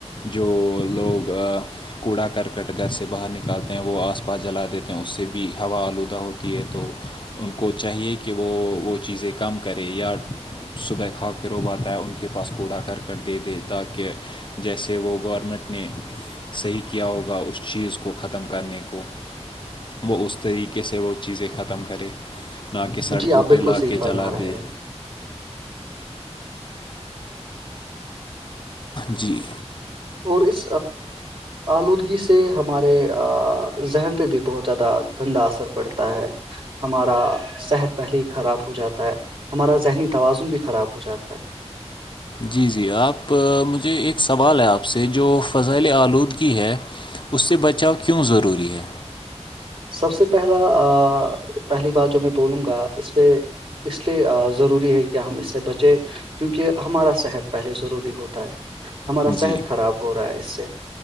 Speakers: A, on the left; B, on the right.
A: جو لوگ کوڑا کرکٹ گر سے سے باہر نکالتے ہیں وہ آس پاس جلا دیتے ہیں اس سے بھی ہوا آلودہ ہوتی ہے تو ان کو چاہیے کہ وہ چیزیں- کم کرے یا صبح کھااک ر ہوب آ ہے ان کے پاس کوڑا کر کر دے دے تاکہ جیسے وہ گورنمنٹ نے صحیح کیا ہوگا اس چیز کو- اس کو ختم کرنے کو وہ اس طریقے سے وہ چیزیں ختم کرے- نہ کہ
B: ہے
A: سڑکوں
B: جی آپ بالکل
A: پہ لا
B: صحیح
A: کے
B: فرما
A: جلا
B: رہے
A: دے
B: ہیں
A: جی
B: اور اس آلودگی سے ہمارے ذہن پہ بھی بہت زیادہ گندا اثر پڑتا ہے- ہمارا صحت پہلے ہی خراب ہو جاتا ہے ہمارا ذہنی توازن بھی خراب ہو جاتا ہے-
A: جی- جی آپ مجھے ایک سوال ہے آپ سے جو فضائل آلودگی ہے- اس سے بچاؤ کیوں ضروری ہے
B: سب سے پہلا پہلی بات جو میں بولوں گا اس پہ- اس لیے ضروری ہے کہ ہم اس سے بچیں- کیونکہ ہمارا صحت پہلے ضروری ہوتا ہے ہمارا
A: جی
B: صحت خراب ہو رہا ہے اس سے